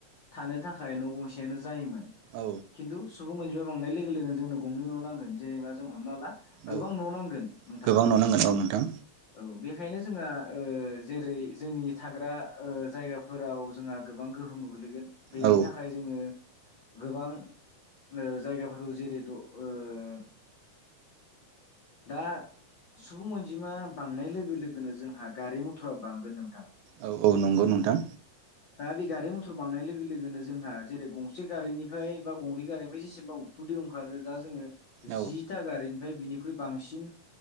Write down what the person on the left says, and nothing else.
थानो थाखाय न' गंसेयानो जायोमोन
खिन्थु सुबुं अनजिमा बांनाय लोगो लोगोन जोंनो गंनै न' नांगोन जेनेबा जों हमना ला गोबां
न' नांगोन नोंथां
औ बे बेखायनो जोंहा ओ जेरै जोंनि थाग्रा ओ जायगाफोराव जोंहा गोबां गोहोम गोग्लैगोन बेनि
थाखाय जोङो गोबां नो जायगाफोरखौ जेरै द ओ दा सुबुं अनजिमा बांनाय लोगो लोगोनो जोंहा गारि मथरा बांगोन नोंथां
दा बे गारि मथर बांनाय लोगो लोगोनो जोंहा जेरै गंसे गारिनिफ्राय बा गंनै गारिनिफ्राय जेसेबा उखुन्दै ओंखारो दा जोङो
जिटा गारिनिफ्राय बिनिख्रुइ बांसिन